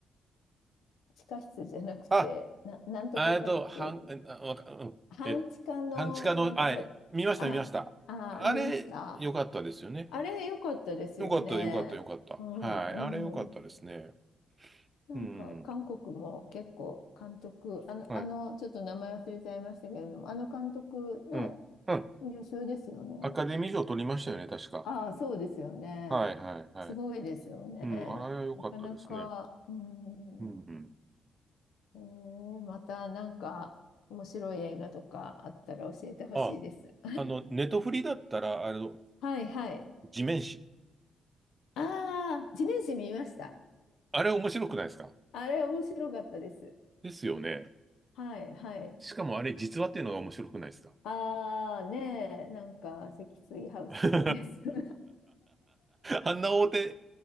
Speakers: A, on the left; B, on the right.
A: 地下室じゃなくてな、
B: あ、
A: なんとか家族
B: あえっと、はん、あ、わかうん、
A: 半地下のなんとか、
B: え、半地下の、あ、見ました、
A: あ、
B: 見ました。
A: あ、
B: あれ、
A: 見ました
B: よかったですよね。
A: あれ良かったですよね。
B: よかった、よかった、よかった。
A: うん、
B: はい。あれ、よかったですね。
A: うん。なんか韓国も結構監督、
B: うん。
A: あの、
B: はい。
A: あの、ちょっと名前忘れちゃいましたけれども、あの監督ね、
B: うん。うん。
A: 優秀ですよね。
B: アカデミー賞取りましたよね、確か。
A: ああ、そうですよね。
B: はい、はい、はい。
A: すごいですよね。
B: うん、あれはよかったですね。
A: なかなか、うん。
B: うん、うん。
A: えーまたなんか面白い映画とかあったら教えてほしいです。
B: ああの、ネトフリだったら、あの、
A: <laughs> はいはい。
B: 地面師。
A: ああ、地面師見ました。
B: あれ面白くないですか
A: あれ面白かったです。
B: ですよね。
A: はい、はい。
B: しかもあれ実話っていうのが面白くないですか
A: ああ、ねえ、なんか、積水ハウスさんです。
B: <laughs>
A: <laughs>
B: あんな大手、